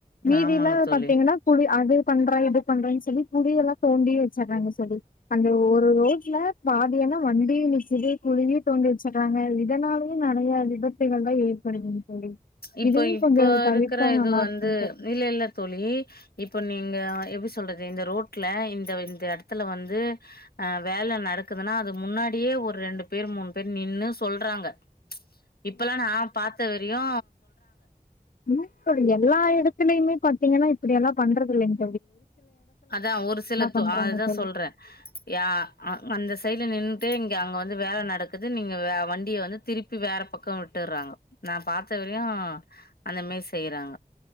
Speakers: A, on the left; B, on the left.
A: மீதியெல்லா
B: ஆமாங்க தோழி
A: பாத்திங்னா குழி அது பண்ற இது பண்றேன்னு சொல்லி குழியெல்லா தோண்டி வச்சர்றாங்க தோழி அந்த ஒரு ரோட்ல பாதியன வண்டியு <unintelligible> குழியு தோண்டி வச்சர்றாங்க இதனாலயே நெறைய விபத்துகள்லா ஏற்படுதுங் தோழி
B: இப்ப
A: இதையு
B: இப்ப
A: கொஞ்சோ தவிர்த்தா
B: இருக்கிற இது
A: நல்லா
B: வந்து
A: இருக்குங்க தோழி
B: இல்லல்ல தோழி இப்ப நீங்க எப்டி சொல்றது இந்த ரோட்ல இந்த இந்த எடத்துல வந்து அ வேல நடக்குதுன்னா அது முன்னாடியே ஒரு ரெண்டு பேர் மூணு பேர் நின்னு சொல்றாங்க இப்பல்லா நா பாத்த வரயூ
A: இப்ப எல்லா எடத்துலயுமே பாத்தீங் னா இப்படியெல்லா பண்றதில்லைங்
B: அதா ஒரு சில த
A: பண்றாங்க
B: அதா
A: தோழி
B: சொல்றே யா அ அந்த சைடுல நின் னுட்டு இங்க அங்க வந்து வேல நடக்குது நீங்க வே வண்டிய வந்து திருப்பி வேற பக்கம் விட்டுர்றாங்க நா பாத்த வரையு அந்த மேரி செய்றாங்க